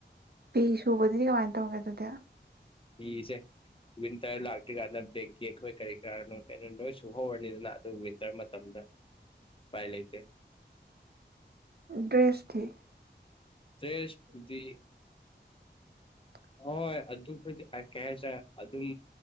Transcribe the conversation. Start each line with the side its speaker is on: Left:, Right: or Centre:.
Right: ꯐꯤ ꯁꯨꯕꯗꯨꯗꯤ ꯀꯃꯥꯏꯅ ꯇꯧꯒꯦ ꯑꯗꯨꯗꯤ
Left: ꯊꯁꯦ ꯋꯤꯟꯇꯔ ꯂꯥꯛꯇ꯭ ꯀꯥꯟꯗ ꯕꯦꯡꯀꯤ ꯑꯩꯈꯣꯏ ꯀꯔꯤ ꯀꯔꯥꯅꯣ ꯀꯩꯅꯣ ꯅꯣꯏ ꯁꯨꯍꯧꯔꯅꯤꯗꯅ ꯑꯗꯨꯋꯤꯟꯇꯔ ꯃꯇꯝꯗ ꯄꯥꯏ ꯂꯩꯇꯦ
Right: ꯗ꯭ꯔꯦꯁ ꯊ
Left: ꯇꯦꯖꯗꯤ
Right: <inaudible>
Left: ꯍꯣꯏ ꯑꯗꯨ ꯑꯗꯨ ꯐ ꯀꯦꯁ ꯑꯗꯨ ꯑꯗꯨꯝ